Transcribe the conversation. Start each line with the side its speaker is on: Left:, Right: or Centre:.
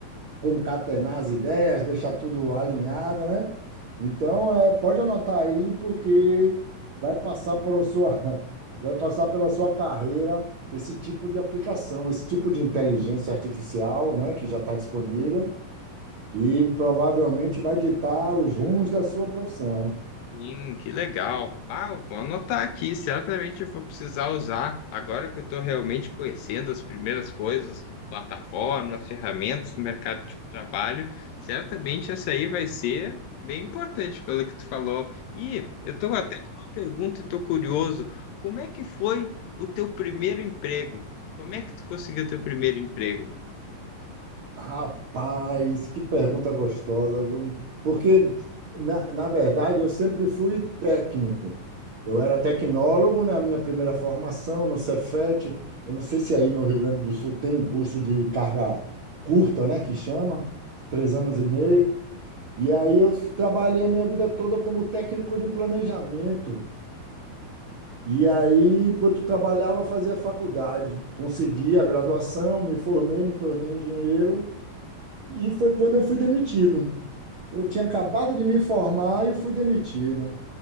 Right: concatenar as ideias, deixar tudo alinhado, né? Então, é, pode anotar aí, porque vai passar por sua, <laughs> vai passar pela sua carreira esse tipo de aplicação, esse tipo de inteligência artificial, né, que já está disponível e provavelmente vai ditar os rumos da sua profissão.
Left: Sim, que legal. Ah, eu vou anotar aqui, certamente eu vou precisar usar. Agora que eu estou realmente conhecendo as primeiras coisas, plataforma ferramentas, mercado de trabalho, certamente essa aí vai ser bem importante pelo que tu falou. E eu estou até com uma pergunta e estou curioso. Como é que foi o teu primeiro emprego? Como é que tu conseguiu teu primeiro emprego?
Right: Rapaz, que pergunta gostosa, viu? Porque, na, na verdade, eu sempre fui técnico. Eu era tecnólogo na minha primeira formação no Cefet. Eu não sei se aí no Rio Grande do Sul tem um curso de carga curta, né, que chama, três anos e meio. E aí eu trabalhei a minha vida toda como técnico de planejamento. E aí, enquanto trabalhava, fazia faculdade. Consegui a graduação, me formei, me tornei engenheiro. E foi quando eu fui demitido. Eu tinha acabado de me formar e fui demitido.